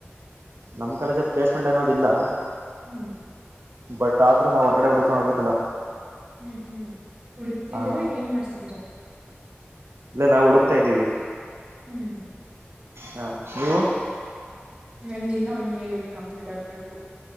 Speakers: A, on the right (about 80°); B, on the right (about 25°).
A: ನಮ್ ಕಾಲೇಜ ಪ್ಲೇಸ್ಮೆಂಟ್ ಅನ್ನೋದಿಲ್ಲಾ
B: ಹ್ಮ್
A: ಬಟ್ ಆದ್ರೂ ನಾವ್ ಹೊರಗಡೆ ಹಡ್ಕೊಂಡು ಹೋಗ್ಬೇಕಲ್ಲ
B: ಹ್ಮ್ ಹ್ಮ್ ಉಡತಿದೀರಾ
A: ಹಾ
B: ಏನ್ ಮಾಡ್ಸಿದ್ದೀರಾ
A: ಇಲ್ಲ ನಾವು ಹುಡುಕ್ತಾ ಇದ್ದೀವಿ
B: ಹ್ಮ್
A: ಹಾ ನೀವು
B: ನಂದ ಇನ್ನ ಒನ್ ಇಯರ್ ಇದೆ ಕಂಪ್ಲೀಟ್ ಆಗ್ಬೇಕು